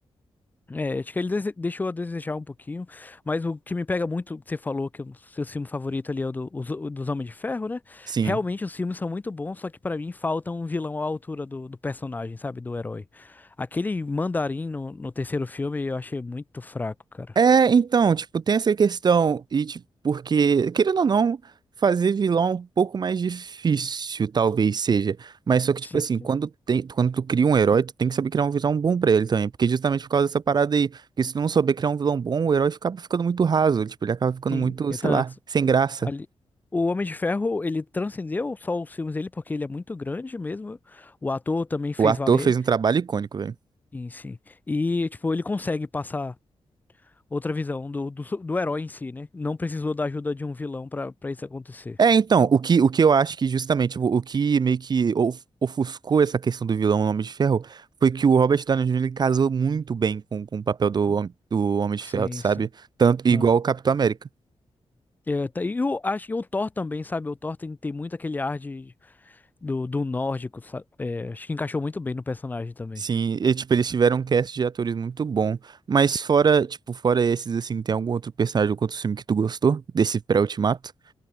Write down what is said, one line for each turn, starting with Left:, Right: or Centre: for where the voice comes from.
Left: É, acho que ele dese- deixou a desejar um pouquinho, mas o que me pega muito, que você falou que o seu filme favorito ali é o do- os- o dos Homens de Ferro, né?
Right: sim.
Left: Realmente os filmes são muito bons, só que pra mim falta um vilão à altura do, do personagem, sabe? Do herói. Aquele mandarim no, no terceiro filme eu achei muito fraco, cara.
Right: É, então, tipo, tem essa questão, e tipo, porque, querendo ou não, fazer vilão é um pouco mais difícil, talvez seja. Mas só que, tipo
Left: Sim,
Right: assim,
Left: sim.
Right: quando tem, quando tu cria um herói, tu tem que saber criar um vilão bom pra ele também. Porque justamente por causa dessa parada aí. Porque se tu não souber criar um vilão bom, o herói acaba ficando muito raso. Tipo, ele acaba ficando
Left: Sim,
Right: muito,
Left: eu
Right: sei
Left: tam-
Right: lá, sem graça.
Left: Ali... O Homem de Ferro, ele transcendeu só os filmes dele, porque ele é muito grande mesmo. O ator também fez
Right: O ator
Left: valer
Right: fez um trabalho icônico, velho.
Left: em si. E, tipo, ele consegue passar outra visão do, do, su- do herói em si, né? Não precisou da ajuda de um vilão pra, pra isso acontecer.
Right: É, então, o que, o que eu acho que justamente o, o que meio que of- ofuscou essa questão do vilão Homem de Ferro foi que o Robert Downey Jr. ele casou muito bem com, com o papel do,
Left: Co-
Right: Hom- do Homem de
Left: Sim,
Right: Ferro, sabe?
Left: sim.
Right: Tanto igual
Left: Aham.
Right: o Capitão América.
Left: É, tá- E eu acho que o Thor também, sabe? O Thor tem, tem muito aquele ar de, do, do nórdico, sabe? É, acho que encaixou muito bem no personagem também.
Right: Sim, e, tipo, eles tiveram um cast de atores muito bom, mas fora, tipo, fora esses assim, tem algum outro personagem ou outro filme que tu gostou desse pré-ultimato?